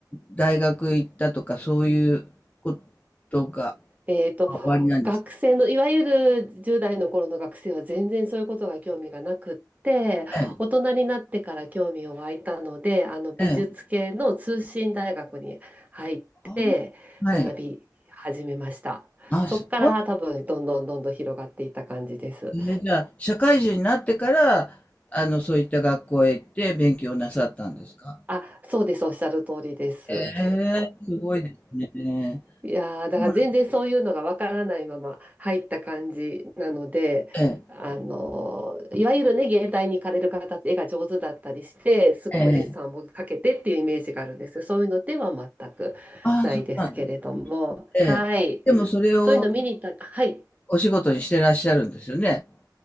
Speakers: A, on the left; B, on the right.
A: 大学行ったとか、そういうことが
B: えーと、
A: あ、終わりなんです
B: 学生のいわゆる10代の頃の学生は全然そういうことが興味がなくって大人になってから興味を湧いたのであの美術系の通信大学に入って学び始めました。
A: ね。ええ。ああ、はい。あ、
B: そこから多分どんどんどんどん広がっていった感じです。
A: すごいですね。じゃあ、社会人になってから、あの、そういった学校へ行って勉強なさったんですか？
B: あ、そうです。おっしゃる通りです。
A: ええ、すごいですね。
B: いやーだから全然そういうのがわからないまま入った感じなので、
A: まあ、え
B: あのーいわゆるね、芸大に行かれる方って絵が上手だったりして、すごくデッサンをかけてっていうイメージがあるんです。
A: え、ええ。
B: そういうのでは全くないですけれども、
A: ああ、そうなんですね。
B: はい。
A: ええ。でもそれを
B: そういうの見に行った、はい。
A: お仕事にしてらっしゃるんですよね？